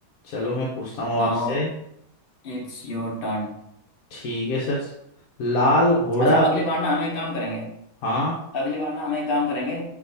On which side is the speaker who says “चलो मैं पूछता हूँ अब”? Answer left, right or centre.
Left